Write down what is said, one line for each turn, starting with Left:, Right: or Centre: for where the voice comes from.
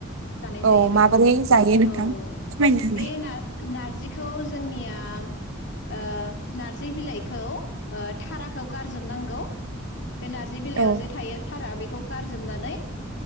Left: जानाय
Right: औ
Left: जायो बेखौ
Right: माबोरै जायो नोंथां
Left: औ
Right: फोरमायनो हानाय
Left: बे नारजि नारजिखौ जोंनिया। ओ नारजि बिलाइखौ थाराखौ गारजोबनांगौ। बे नारजि बिलाइयाव
Right: औ
Left: जे थायो थारा बेखौ गारजोबनानै। नै